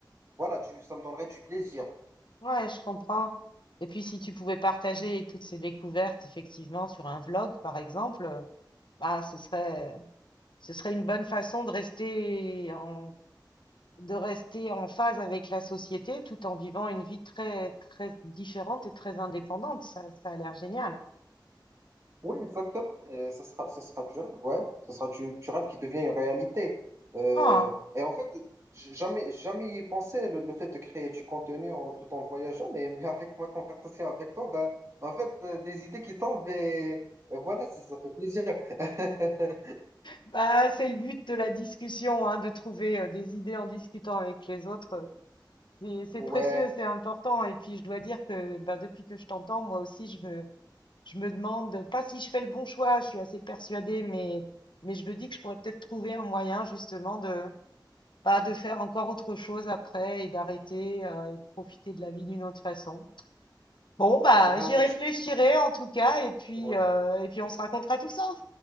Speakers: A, on the right; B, on the left.
A: voilà, du, ça me donnerait du plaisir.
B: ouais, je comprends. Et puis, si tu pouvais partager toutes ces découvertes, effectivement, sur un vlog, par exemple, euh, bah, ce serait, ce serait une bonne façon de rester en, de rester en phase avec la société tout en vivant une vie très, très différente et très indépendante. Ça, ça a l'air génial.
A: Oui, exactement. Et ce sera, ce sera du rêve, ouais. Ce sera du, du rêve qui devient une réalité. Euh,
B: Ah,
A: et en fait, j- jamais, jamais y penser le, le fait de créer du contenu en, tout en voyageant, mais, mais avec ma conversation avec toi, ben, en fait, euh, des idées qui tombent et, et voilà, c'est- ça fait plaisir. <laughs>
B: bah, c'est le but de la discussion, hein, de trouver euh, des idées en discutant avec les autres. C'est c'est
A: Ouais,
B: précieux, c'est important. Et puis, je dois dire que ben, depuis que je t'entends, moi aussi, je me, je me demande, pas si je fais le bon choix, je suis assez persuadée, mais, mais je me dis que je pourrais peut-être trouver un moyen justement de, bah, de faire encore autre chose après et d'arrêter euh, et de profiter de la vie d'une autre façon. Bon, bah,
A: ouais,
B: j'y
A: en fait,
B: réfléchirai
A: je-
B: en tout cas, et puis,
A: ouais.
B: euh, et puis on se racontera tout ça.